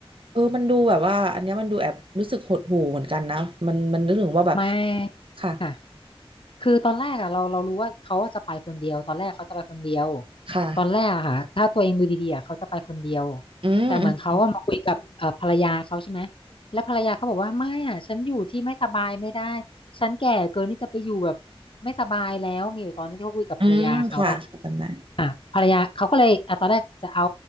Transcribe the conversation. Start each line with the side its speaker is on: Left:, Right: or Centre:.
Right: เออมันดูแบบว่าอันเนี้ยมันดูแอบรู้สึกหดหู่เหมือนกันนะมันมันนึกถึงว่าแบบ
Left: ไม่
Right: ค่ะ
Left: ค่ะ คือตอนแรกอะเราเรารู้ว่าเขาจะไปคนเดียวตอนแรกเขาจะไปคนเดียว
Right: ค่ะ
Left: ตอนแรกอะค่ะถ้าตัวเองดูดีๆอะเขาจะไปคนเดียว
Right: อืม
Left: แต่เหมือนเขาอะมาคุยกับเอ่อภรรยาเขาใช่ไหมแล้วภรรยาเขาบอกว่าไม่อะฉันอยู่ที่ไม่สบายไม่ได้ฉันแก่เกินที่จะไปอยู่แบบไม่สบายแล้วมีอยู่ตอนนี้ที่เขาคุยกับภรรยาเขาอะ
Right: อืมค่ะจำได้
Left: อ่ะภรรยาเขาก็เลยอ่ะตอนแรกจะเอา